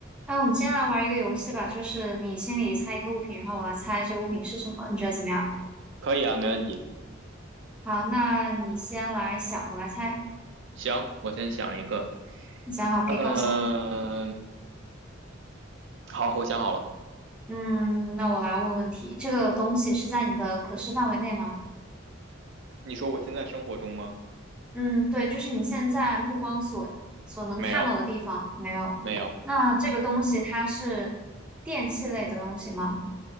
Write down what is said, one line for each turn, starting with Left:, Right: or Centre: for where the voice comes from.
Centre: 那我们先来玩一个游戏吧，就是你心里猜一个物品，然后我来猜这个物品是什么，你觉得怎么样？
Right: 可以啊，没问题。
Centre: 好，那你先来想，我来猜。
Right: 行，我先想一个。
Centre: 你想好可以告诉我。
Right: 嗯、好，我想好了。
Centre: 嗯，那我来问问题，这个东西是在你的可视范围内吗？
Right: 你说我现在生活中吗？
Centre: 嗯，对，就是你现在目光所所能看到的地方，
Right: 没有，
Centre: 没有。
Right: 没有，
Centre: 那这个东西它是电器类的东西吗？